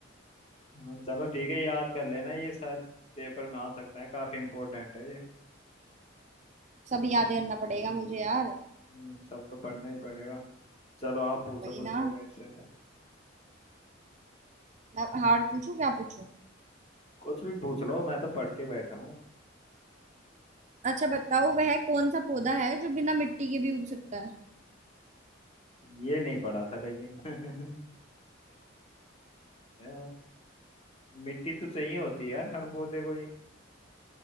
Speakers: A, on the left (about 30°); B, on the right (about 35°).
A: हाँ, चलो ठीक है याद कर लेना ये शायद पेपर में आ सकता है काफी इम्पोर्टेंट है ये
B: सब याद करना पड़ेगा मुझे यार
A: हम्म, सब तो पढ़ना ही पड़ेगा चलो आप पूछो
B: वही
A: कुछ
B: ना
A: फिर मेरे से
B: मैं हार्ड पूछूं क्या पूछूं
A: कुछ भी पूछ लो मैं तो पढ़ के बैठा हूँ
B: अच्छा बताओ वह कौन सा पौधा है जो बिना मिट्टी के भी उग सकता है
A: ये नहीं पढ़ा था लेकिन <laughs> अ, मिट्टी तो चाहिए होती है यार हर पौधे को